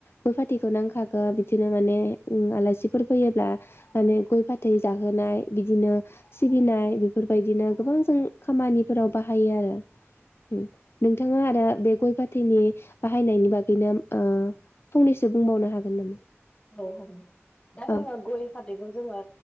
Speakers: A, on the left; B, on the left.
A: गय फाथैखो नांखागो बिदिनो माने उम आलासिफोर फैयोब्ला माने गय फाथै जाहोनाय बिदिनो सिबिनाय बेफोरबायदिनो गोबां जों खामानिफोराव बाहायो आरो। उम नोंथाङा आरो बे गय फाथैनि बाहायनायनि बागैनो ओ
B: औ
A: फंनैसो बुंबावनो हागोन नामा?
B: औ औ दा
A: औ
B: जोङो गय फाथैखौ जोङो